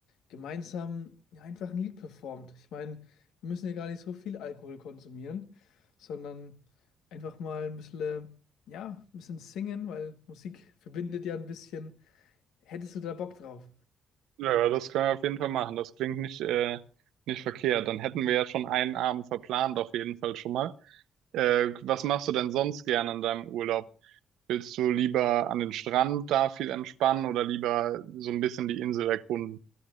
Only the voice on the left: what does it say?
gemeinsam ja, einfach ein Lied performt. Ich meine, wir müssen ja gar nicht so viel Alkohol konsumieren, sondern einfach mal ein bisschen, äh, ja, ein bisschen singen, weil Musik verbindet ja ein bisschen. Hättest du da Bock drauf?